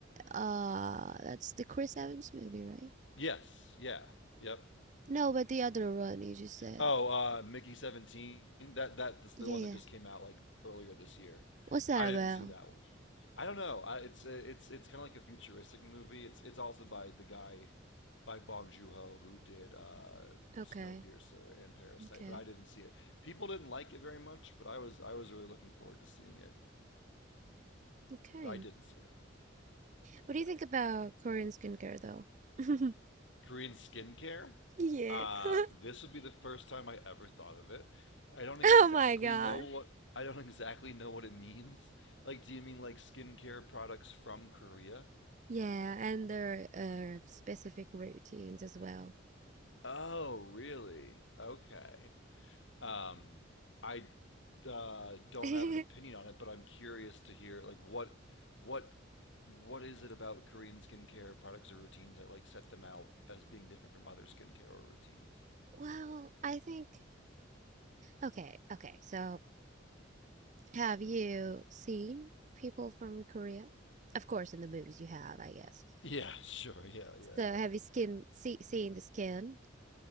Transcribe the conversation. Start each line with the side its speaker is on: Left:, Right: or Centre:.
Right: Uh, that's the Chris Evans movie, right?
Left: Yes. Yeah. Yep.
Right: No, but the other one you just said.
Left: Oh, uh, Mickey Seventeen. That that's the
Right: Yeah,
Left: one
Right: yeah.
Left: that just came out like earlier this year.
Right: What's that
Left: I didn't
Right: about?
Left: see that one. I don't know. I, it's uh, it's it's kind of like a futuristic movie. It's it's also by the guy by Bong Joon Ho who did uh,
Right: Okay,
Left: Snowpiercer and Parasite,
Right: okay,
Left: but I didn't see it. People didn't like it very much, but I was I was really looking forward to seeing it,
Right: okay.
Left: but I didn't see it.
Right: What
Left: Yeah.
Right: do you think about Korean skincare though? <laughs>
Left: Korean skincare.
Right: Yeah.
Left: Uh,
Right: <laughs>
Left: this would be the first time I ever thought of it. I don't exactly
Right: Oh my God.
Left: know what I don't <laughs> exactly know what it means. Like, do you mean like skincare products from Korea?
Right: Yeah, and their uh, specific routines as well.
Left: Oh, really? Okay. Um, I uh, don't
Right: <laughs>
Left: have an opinion on it, but I'm curious to hear like what what what is it about Korean skincare products or routines that like set them out as being different from other skincare or routines?
Right: Well, I think okay, okay. So, have you seen people from Korea? Of course, in the movies you have, I guess.
Left: Yeah, <laughs> sure. Yeah, yeah,
Right: So, have
Left: yeah.
Right: you skin see, seen the skin?